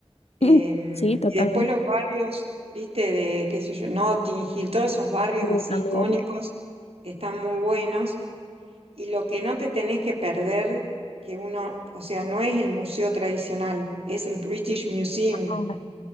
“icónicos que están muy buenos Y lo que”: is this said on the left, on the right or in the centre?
Right